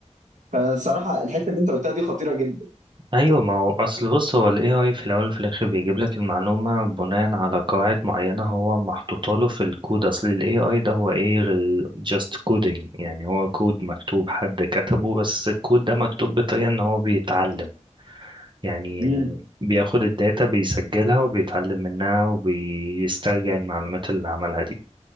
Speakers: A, on the right; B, on the right.
A: فصراحه الحته اللي انت قلتها دي خطيره جدا
B: ايوه ما هو اصل بص هو الاي اي في الاول وفي الاخر بيجيب لك المعلومه بناء على قواعد معينه هو محطوطه له في الكود اصل الاي اي ده هو ايه غير جاست كودينج يعني هو كود مكتوب حد كتبه بس الكود ده مكتوب بطريقه ان هو بيتعلم يعني
A: مم.
B: بياخد الداتا بيسجلها وبيتعلم منها وبيسترجع المعلومات اللي عملها دي